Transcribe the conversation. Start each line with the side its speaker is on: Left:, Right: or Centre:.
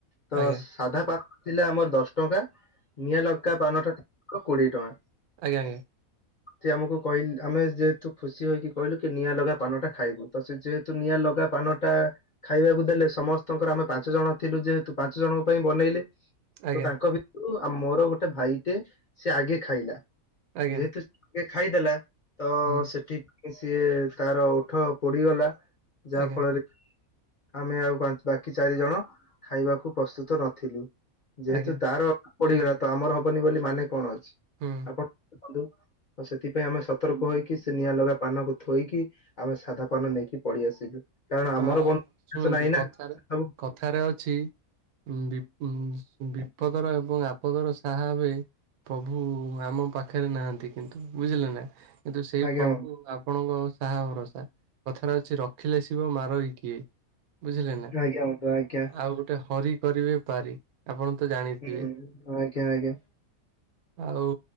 Left: ତ
Right: ଆଜ୍ଞା
Left: ସାଧା ପାନ ଥିଲା ଆମର ଦଶ ଟଙ୍କା ନିଆଁ ଲଗା ପାନଟା ତ କୋଡ଼ିଏ ଟଙ୍କା।
Right: ଆଜ୍ଞା ଆଜ୍ଞା।
Left: ସେ ଆମକୁ କହିଲ ଆମେ ଯେହେତୁ ଖୁସି ହେଇକି କହିଲୁ କି ନିଆଁ ଲଗା ପାନଟା ଖାଇବୁ ତ ସେ ଯେହତୁ। ତ ନିଆଁ ଲଗା ପାନ ଟା। ଖାଇବାକୁ ଦେଲେ ସମସ୍ତଙ୍କର ଆମେ ପାଞ୍ଚ ଜଣ ଥିଲୁ ଯେହେତୁ ପାଞ୍ଚ ଜଣଙ୍କ ପାଇଁ ବନେଇଲେ।
Right: ଆଜ୍ଞା
Left: ତ ତାଙ୍କ ଭିତରୁ ମୋର ଗୋଟେ ଭାଇଟେ ସେ ଆଗେ ଖାଇଲା
Right: ଆଜ୍ଞା
Left: ଯେହେତୁ
Right: ଆଜ୍ଞା
Left: ସେ ଖାଇଦେଲା ତ
Right: ହୁଁ
Left: ସେଠି ସିଏ ତାର ଓଠ ପୋଡିଗଲା। ଯାହା
Right: ଆଜ୍ଞା
Left: ଫଳରେ କି। ଆମେ ଆଉ ପାଞ୍ଚ ବାକି ଚାରି ଜଣ ଖାଇବାକୁ ପ୍ରସ୍ତୁତ ନଥିଲୁ। ଯେହେତୁ
Right: ଆଜ୍ଞା
Left: ତାର ପୋଡିଗଲା ତ ଆମର ହବନି ବୋଲି ମାନେ କଣ ଅଛି
Right: ହୁଁ
Left: ଆପଣ। ଆଉ ସେଥିପାଇଁ ଆମେ ସତର୍କ ହେଇକି ସେ ନିଆଁ ଲଗା ପାନକୁ ଥୋଇକି ଆମେ ସାଧା ପାନ ନେଇକି ପଲେଇଆସିଲୁ କାରଣ ଆମର
Right: ଅ
Left: ବଷ
Right: ଶୁଣନ୍ତୁ
Left: ନାଇଁ
Right: କଥାରେ
Left: ନା ସେ ସବୁ।
Right: କଥାରେ ଅଛି ବିପ ବିପଦର ଏବଂ ଆପଦର ସାହା ଭାବେ। ପ୍ରଭୁ ଆମ ପାଖରେ ନାହାନ୍ତି କିନ୍ତୁ ବୁଝିଲେ ନା। କିନ୍ତୁ ସେଇ
Left: ଆଜ୍ଞା
Right: ପ୍ରଭୁ
Left: ବନ୍ଧୁ
Right: ଆପଣଙ୍କ ସାହା ଭରସା କଥାଟା ଅଛି ରଖିଲେ ସେ। ଶିବ ମାରିବ କିଏ ବୁଝିଲେ ନା
Left: ଆଜ୍ଞା ବନ୍ଧୁ ଆଜ୍ଞା
Right: ଆଉ ଗୋଟେ ହରି କରିବେ ପାରି। ଆପଣ ତ ଜାଣିଥିବେ।
Left: ହୁଁ ଆଜ୍ଞା ଆଜ୍ଞା
Right: ଆଉ